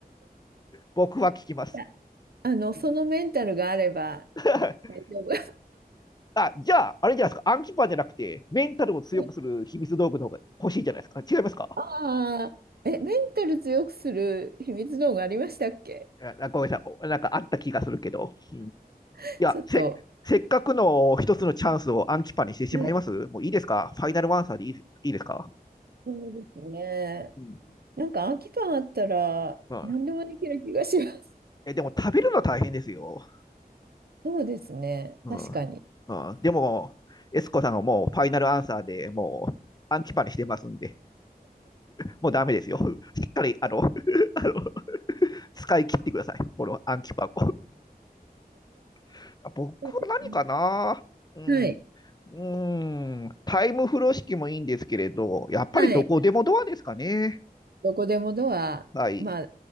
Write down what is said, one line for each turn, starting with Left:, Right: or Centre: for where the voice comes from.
Left: 僕は聞きます。
Right: か。あの、そのメンタルがあれば
Left: <laughs>
Right: 大丈夫。
Left: あ、じゃあ、あれじゃないですか。アンキパンじゃなくて、メンタルを強くする秘密道具の方が欲しいじゃないですか。
Right: <laughs>
Left: 違いますか
Right: ああ、え、メンタル強くする秘密道具ありましたっけ
Left: やなごめんなさいなんかあった気がするけど、い
Right: <laughs>
Left: や、
Right: ちょっと。
Left: せせっかくの一つのチャンスをアンキパにしてしまいますもういいですかファイナルワンサーでいいですいいですか、
Right: はい。そうですね。
Left: うん
Right: なんか空き缶あったら何でもできる気がします。
Left: うんえでも食べるの大変ですよ。
Right: <laughs> そうですね。
Left: うん
Right: 確かに。
Left: うん、でも、エスコさんはもうファイナルアンサーでもうアンキパにしてますんで、もうダメですよ。しっかり、あの、<laughs> あの使い切ってください。このアンキパを。<laughs> 僕は何かなうん。
Right: そうですね。はい。
Left: うーん、タイム風呂敷もいいんですけれど、やっぱりどこでもドアですかね。
Right: はい。どこでもドア、
Left: はい。
Right: まあ、